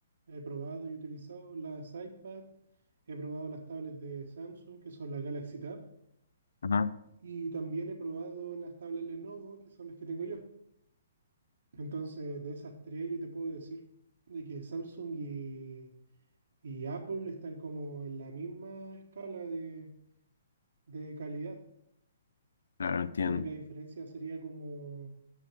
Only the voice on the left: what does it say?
Ajá,
claro, entiendo.